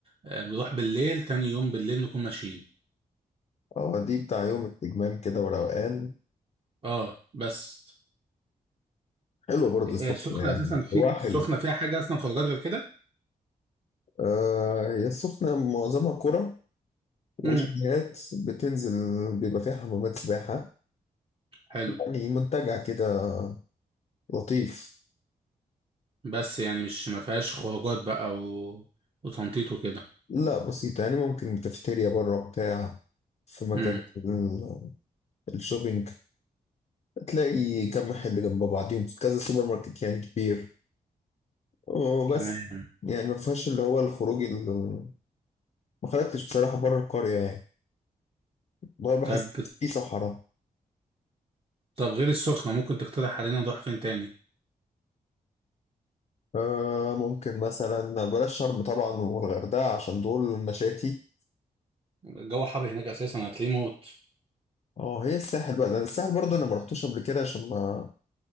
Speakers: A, on the right; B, on the left.
A: آه، نروح بالليل تاني يوم بالليل نكون ماشيين
B: اه دي بتاع يوم التجمام كده وروقان
A: اه بس
B: حلو برضه
A: هي
B: السخنة
A: السخنة
B: يعني
A: أساسا في
B: هو حلو
A: السخنة فيها حاجة أصلا خروجات غير كده؟
B: آه هي السخنة معظمها كورة وشاليهات
A: امم
B: بتنزل بيبقى فيها حمامات سباحة
A: حلو
B: يعني منتجع كده لطيف
A: بس يعني مش ما فيهاش خروجات بقى و... وتنطيط وكده
B: لا بسيطة يعني ممكن كافيتيريا بره بتاع في مكان
A: امم
B: ال- الشوبينج تلاقي كم محل جنب بعضهم كذا سوبر ماركت يعني كبير وبس
A: تمام
B: يعني ما فيهاش اللي هو الخروج ال- ما خرجتش بصراحة بره القرية يعني بره بحس
A: طب
B: في صحراء
A: طب غير السخنة ممكن تقترح علينا نروح فين تاني؟
B: آه ممكن مثلا بلاش شرم طبعا والغردقة عشان دول مشاتي
A: الجو حر هناك أساسا هتلاقيه موت
B: اه هي الساحل بقى لأن الساحل برضه انا ما رحتوش قبل كده عشان ما